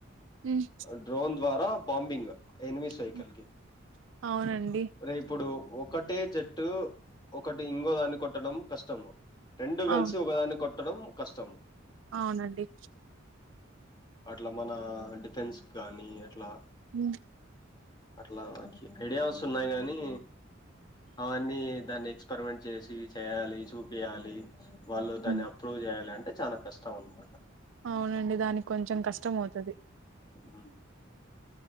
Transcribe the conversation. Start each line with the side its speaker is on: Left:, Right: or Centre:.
Right: హ్మ్.
Left: డ్రోన్ ద్వారా బాంబింగ్ ఎనిమి సైకిల్కిి
Right: హ్మ్. అవునండి.
Left: రేపుడు ఒకటే జట్టు ఒకటి ఇంగోదాన్ని కొట్టడం కష్టము రెండు కలిసి
Right: అవును.
Left: ఒక దాన్ని కొట్ కట్టడం కష్టం
Right: అవునండి హ
Left: అట్లా మన డిఫెన్స్ కానీ అట్లా
Right: హ్మ్.
Left: పర్లాక అడిస ఉన్నాయి కాగాని అవన్నీ దాన్ని ఎక్స్పెరిమెంట్ చేసి చేయాలి చూపియాలి వాళ్ళు దాన్ని
Right: హ్మ్.
Left: అప్రూవ్ చేయాలి అంటే చా కష్టం ఉన్నమాట
Right: అవునండి దానికి కొంచెం కష్టం అవుతుది
Left: ఆ